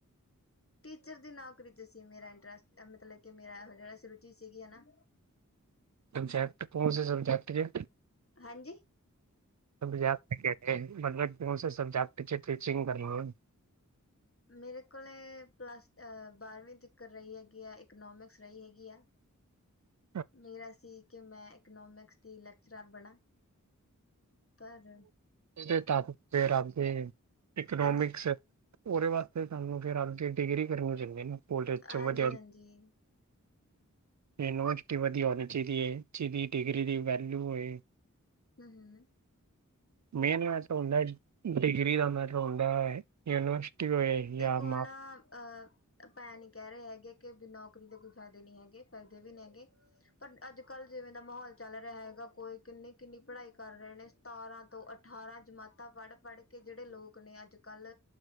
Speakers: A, on the left; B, on the right.
A: ਟੀਚਰ ਦੀ ਨੌਕਰੀ ਤੇ ਸੀ ਮੇਰਾ ਇੰਟਰਸਟ ਮਤਲਬ ਕਿ ਮੇਰਾ ਸੋਚਿਆ ਸੀ ਸੀਗੀ ਹਨਾ
B: ਸਬਜੈਕਟ ਕਣ ਸੀ ਸਬਜੈਕਟ ਕੇ
A: ਹਾਂਜੀ-
B: ਸ ਜਾ ਸਕ ਮਤਲਬ ਕਿ ਸਬਕਟ ਟੀਚਿੰਗ ਕਰਨੀ
A: ਮੇਰੇ ਕੋਲ ਪਲੱਸ ਬਾਰਵੀ ਤੱਕਰ ਰਹੀ ਹੈਗੀ ਆ ਇਕਨੋਮਿਕਸ ਰਹੀ ਹੈਗੀ ਆ
B: <inaudible> <unintelligible>
A: ਮੇਰਾ ਸੀ ਕਿ ਮੈਂ ਇਕਨੋਮਿਕਸ ਦੀ ਲੈਕਚਰਾਰ ਬਣਾ ਪਰ
B: ਤ ਫ ਰਦੇ ਇਕਨੋਮਿਕਸ
A: ਹਾਂਜੀ
B: ਉਹਦੇ ਵਾਸਤੇ ਸਾਨੂੰ ਫਿਰ ਆਪਦੀ ਡਿਗਰੀ ਕਰਨੀ ਚਦੇ ਨੇ ਕੋਲਜ ਚ
A: ਹਾਂਜੀ
B: ਵਜਆ
A: ਹਾਂਜੀ
B: ਯੂਨੀਵਰਸਿਟੀ ਵਧੀਆ ਹੋਣੀ ਚਾਹੀਦੀ ਹੈ। ਜਿਹਦੀ ਡਿਗਰੀ ਦੀ ਵੈਲਿਊ ਹੋਵੇ
A: ਹੂੰ- ਹੂੰ -
B: ਮੇਨ ਮੈ ਹੁੰਦਾ ਡਿਗਰੀ ਦਾ ਮਤਲਬ ਹੁੰਦਾ ਹੈ। ਯੂਨੀਵਰਸਿਟੀ ਹੋਏ
A: ਦੇਖੋ
B: ਜਾਂ
A: ਹ
B: ਮਾਪ
A: ਨਾ ਅਹ ਭੈਣ ਨੀ ਕਹਿ ਰਹੇ ਹੈਗੇ ਕਿ ਨੌਕਰੀ ਦੇ ਕੋਈ ਫਾਇਦੇ ਨੀ ਹੈਗੇ ਫਾਇਦੇ ਵੀ ਨਹੀ ਹੈਗੇ ਪਰ ਅਜ ਕਲ ਜਿਵੇ ਦਾ ਮਾਹੌਲ ਚਲ ਰਿਹਾ ਹੈਗਾ ਕੋਈ ਕਿਨੀ ਕਿਨੀ ਪੜ੍ਹਾਈ ਕਰ ਰਹੇ ਨੇ ਸਤਾਰਾਂ ਤੋਂ ਅਠਾਰਾਂ ਜਮਾਤਾਂ ਪੜ੍ਹ- ਪੜ੍ਹ ਕੇ ਜਿਹੜੇ ਲੋਕ ਨੇ ਅਜ ਕਲ